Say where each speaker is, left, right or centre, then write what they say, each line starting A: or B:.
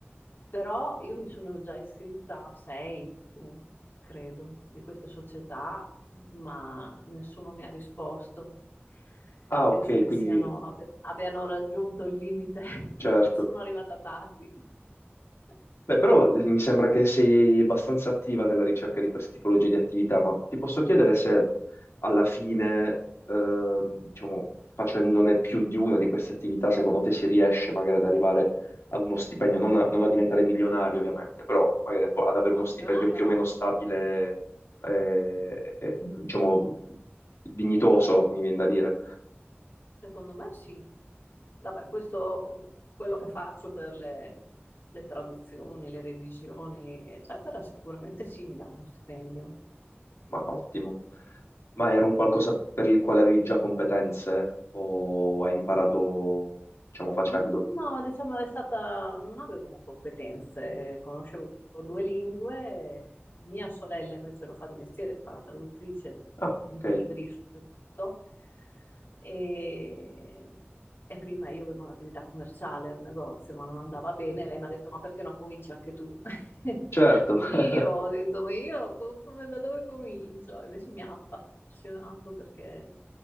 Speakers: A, on the left; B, on the left.
A: Però io mi sono già iscritta a sei, pun- credo, di queste società, ma nessuno mi ha risposto.
B: Ah
A: Penso
B: ok,
A: che
B: quindi
A: siano, abbi- abbiano raggiunto il limite. <laughs>
B: certo.
A: Sono arrivata tardi. <laughs>
B: Beh, però eh, mi sembra che sei abbastanza attiva nella ricerca di queste tipologie di attività, ma ti posso chiedere se alla fine, eh, diciamo, facendone più di una di queste attività, secondo te si riesce magari ad arrivare ad uno stipendio, non a, non a diventare milionario ovviamente, però magari po- ad avere
A: No,
B: uno stipendio
A: milionario
B: più
A: no,
B: o meno stabile, eh, eh, diciamo, dignitoso, mi viene da dire.
A: Secondo me sì. Vabbè, questo, quello che faccio per le, le traduzioni, le revisioni, eccetera, sicuramente sì, mi dà uno stipendio.
B: Ma ottimo. Ma era un qualcosa per il quale avevi già competenze o hai imparato, diciamo, facendo?
A: Mm, No, diciamo è stata, non avevo competenze, conoscevo due lingue, mia sorella invece lo fa di mestiere, fa la traduttrice
B: Ah,
A: di
B: ok.
A: libri soprattutto, e, e prima io avevo un'attività commerciale, un negozio, ma non andava bene, lei mi ha detto ma perché non cominci anche tu? <laughs>
B: Certo.
A: Io
B: <laughs>
A: ho detto ma io co- come- da dove comincio? Invece mi ha appassionato perché